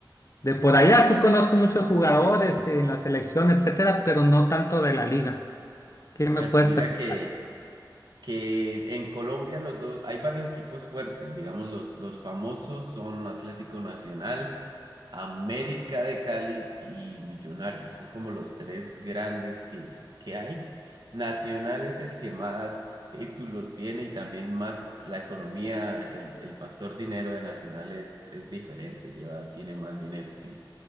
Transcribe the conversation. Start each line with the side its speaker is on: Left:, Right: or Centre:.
Left: de por allá, sí conozco muchos jugadores en la selección, etcétera, pero no tanto de la liga. ¿Qué me
Right: Pues
Left: puedes
Right: mira
Left: platicar?
Right: que que en Colombia los dos, hay varios equipos fuertes, digamos, los, los famosos son Atlético Nacional, América de Cali y Millonarios, son como los tres grandes que, que hay. Nacional es el que más títulos tiene y también más la economía, el, el factor dinero de Nacional es, es diferente, lleva, tiene más dinero, sí.